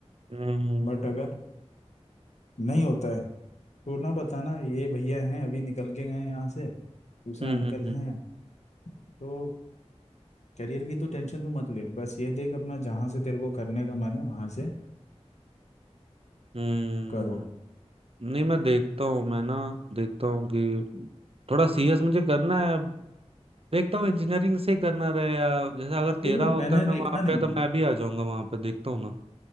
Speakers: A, on the right (about 55°); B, on the left (about 75°).
A: हम्म
B: बट अगर नहीं होता है तो ना बताना ये भैया हैं अभी निकल के गए यहाँ से दूसरा
A: हम्म
B: अंकल
A: हम्म
B: हैं तो करियर की तो टेंशन तू मत ले बस ये देख अपना जहाँ से तेरे को करने का मन है वहाँ से
A: हम्म।
B: करो
A: नहीं मैं देखता हूँ मैं ना देखता हूँ कि थोड़ा सीएस मुझे करना है अब देखता हूँ इंजीनियरिंग से करना रहे या जैसे अगर तेरा
B: अरे
A: होता
B: मैंने
A: है मैं वहां
B: देखा नहीं
A: पे तो मैं भी आ जाऊंगा वहां पे देखता हूँ ना